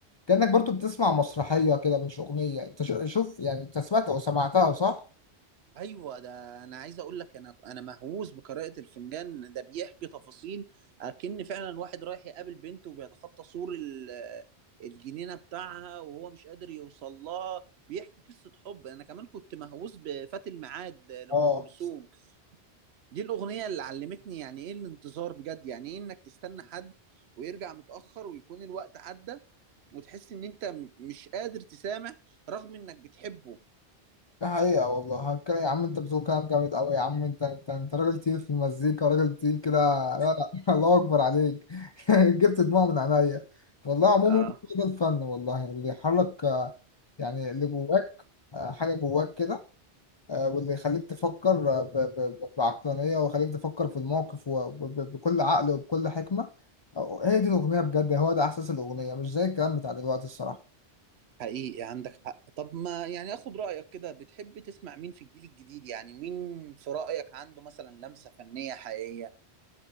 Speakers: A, on the left; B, on the right.
A: كانك برضو بتسمع مسرحيه كده مش اغنيه انت ش- شوف يعني انت سمعت او سمعتها صح؟
B: ايوه ده انا عايز اقول لك انا انا مهووس بقراءه الفنجان ده بيحكي تفاصيل اكن فعلا واحد رايح يقابل بنته وبيتخطى سور ال- الجنينه بتاعها وهو مش قادر يوصل لها بيحكي قصه حب انا كمان كنت مهووس بفات الميعاد ل- لام
A: اه
B: كلثوم دي الاغنيه اللي علمتني يعني ايه الانتظار بجد يعني ايه انك تستنى حد ويرجع متاخر ويكون الوقت عدى وتحس ان انت م- مش قادر تسامح رغم انك بتحبه
A: ده حقيقة والله هتكلم يا عم انت بتقول كلام جامد قوي يا عم انت انت انت راجل تقيل في المزيكا راجل تقيل كده لا لا <laughs> الله اكبر عليك <laughs> جبت دموع من عينيا والله عموما
B: اه
A: ده الفن والله اللي يحرك آه، يعني اللي جواك آه، حاجة جواك كده آه، واللي يخليك تفكر آه، ب- ب- ب- بعقلانية ويخليك تفكر في الموقف وبكل عقل وبكل حكمة آه، هي دي الأغنية بجد هو ده إحساس الأغنية مش زي الكلام بتاع دلوقتي الصراحة
B: حقيقي عندك حق طب ما يعني اخد رأيك كده بتحب تسمع مين في الجيل الجديد يعني مين في رأيك عنده مثلا لمسة فنية حقيقية